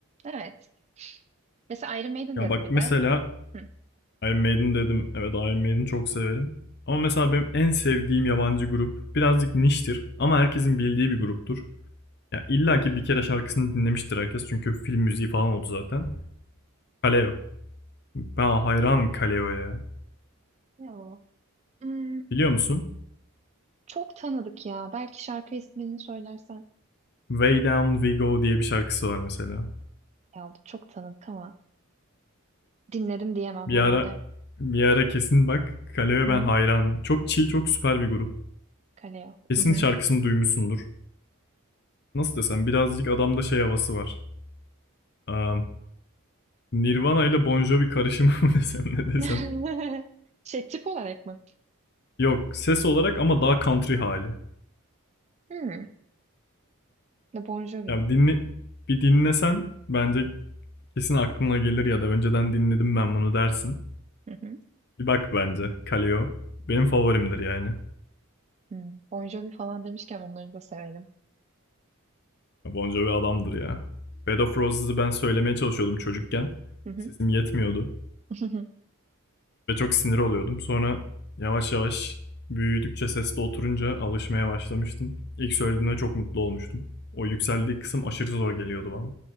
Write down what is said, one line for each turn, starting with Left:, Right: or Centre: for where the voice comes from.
Right: Evet. Mesela Iron Maiden
Left: Ya
Right: dedim
Left: bak
Right: bir
Left: mesela
Right: de. Hı.
Left: Iron Maiden dedim. Evet Iron Maiden çok severim. Ama mesela benim en sevdiğim yabancı grup birazcık niştir ama herkesin bildiği bir gruptur. Ya illa ki bir kere şarkısını dinlemiştir herkes çünkü film müziği falan oldu zaten. Kaleo. Ben hayranım Kaleo'ya ya.
Right: Ne o? Hmm,
Left: Biliyor musun?
Right: çok tanıdık ya. Belki şarkı ismini söylersen.
Left: Way Down We Go diye bir şarkısı var mesela.
Right: Ya çok tanıdık ama dinledim diyemem
Left: Bir
Right: herhalde.
Left: ara bir ara kesin bak Kaleo'ya
Right: Hı
Left: ben
Right: hı.
Left: hayranım. Çok chill, çok süper bir grup.
Right: Kaleo.
Left: Kesin
Right: Hı hı.
Left: şarkısını duymuşsundur. Nasıl desem birazcık adamda şey havası var. Am, Nirvana ile Bon Jovi karışımı <laughs> mı desem ne desem.
Right: <laughs> Şey tip olarak mı?
Left: Yok ses olarak ama daha country hali.
Right: Hmm. The Bon Jovi.
Left: Yani dinle, bir dinlesen bence kesin aklına gelir ya da önceden dinledim ben bunu dersin.
Right: Hı hı.
Left: Bir bak bence Kaleo benim favorimdir yani.
Right: Hmm. Bon Jovi falan demişken onları da severim.
Left: Ya Bon Jovi adamdır ya. Bed of Roses'ı ben söylemeye çalışıyordum çocukken.
Right: Hı hı.
Left: Sesim yetmiyordu.
Right: <laughs>
Left: Ve çok sinir oluyordum. Sonra yavaş yavaş büyüdükçe sesli oturunca alışmaya başlamıştım. İlk söylediğinde çok mutlu olmuştum. O yükseldiği kısım aşırı zor geliyordu bana.